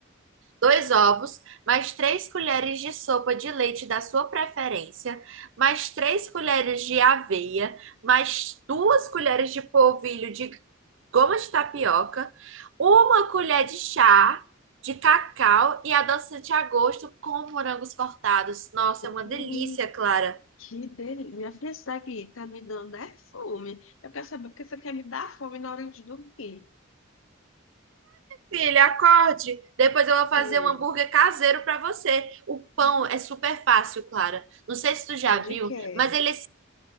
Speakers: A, on the right; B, on the left.
A: Dois ovos, mais três colheres de sopa de leite da sua preferência, mais três colheres de aveia, mais duas colheres de polvilho de goma de tapioca, uma colher de chá de cacau e adoçante a gosto com morangos cortados. Nossa, é uma delícia,
B: Hum.
A: Clara.
B: Que delícia. Minha filha, isso daqui tá me dando é fome. Eu quero saber porque você quer me dar fome na hora de dormir.
A: filha, acorde. Depois eu vou fazer
B: Sei.
A: um hambúrguer caseiro para você. O pão
B: Ah,
A: é super fácil, Clara. Não sei se tu já
B: é de
A: viu,
B: quê?
A: mas ele é